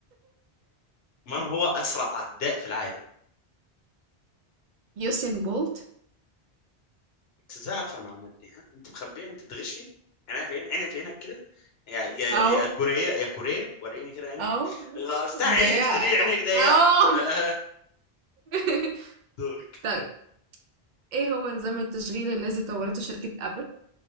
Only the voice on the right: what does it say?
يوسين بولت
اهو
اه
ده يا
اه
<laughs>
طيب ايه هو نظام التشغيل الذي طورته شركة ابل؟